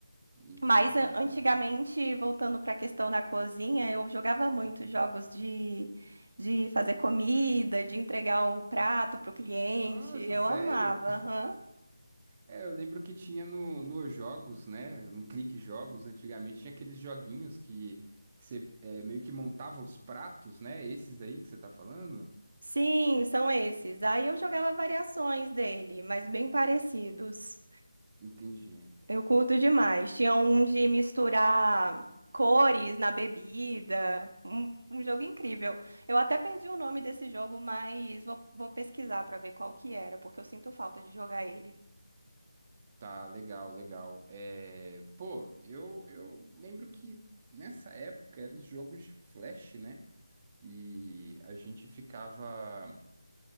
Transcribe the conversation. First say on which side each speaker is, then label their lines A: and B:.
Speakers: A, on the right; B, on the right.
A: Entendi,
B: Mas a-
A: entendi.
B: antigamente, voltando para a questão da cozinha, eu jogava muito
A: Uhum.
B: jogos de, de fazer comida, de entregar o prato para o cliente,
A: Nossa,
B: eu
A: sério?
B: amava. aham.
A: É, eu lembro que tinha no, nos jogos, né? No Clique Jogos, antigamente, tinha aqueles joguinhos que, que você é, meio que montava os pratos, né? Esses aí que você tá falando?
B: Sim, são esses. Aí eu jogava variações dele, mas bem parecidos.
A: Entendi.
B: Eu curto demais. Tinha um de misturar cores na bebida. Um, um jogo incrível. Eu até perdi o nome desse jogo, mas vou, vou pesquisar para ver qual que era, porque eu sinto falta de jogar ele.
A: Tá, legal, legal. É, pô, eu, eu lembro que nessa época eram os jogos de flash, né? E a gente ficava,